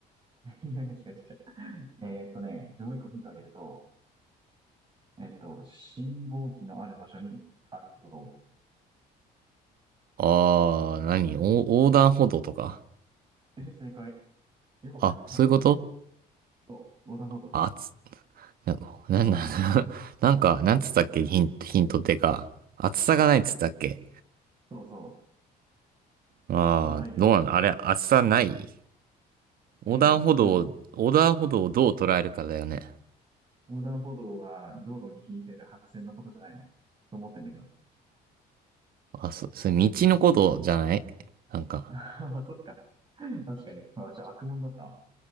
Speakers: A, on the right (about 30°); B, on the right (about 60°).
A: あ。<laughs> いやいや、違う違う違う。えーっとね、じゃあもう一個ヒントあげると、えっと、信号機のある場所にあることが多い。
B: あー、何お横断歩道とか
A: え、正解。よくわかったな。
B: あ、そういうこと
A: そう、横断歩道。
B: あつ、な、なんだ、<laughs> なんか、なんつったっけヒント、ヒントってか。厚さがないっつったっけ
A: そうそ
B: あー、
A: う。まあないよね。
B: どうなのあれ、厚さない横断歩道を、
A: えうん。まあ
B: 横断歩道をどう捉えるかだよね。
A: 横断歩道は道路に引いてる白線のことじゃないのと思ってんだけど。<laughs>
B: あ、そ、それ道のことじゃないなんか、
A: ああ、そっか。確かに。あ、じゃあ悪者だった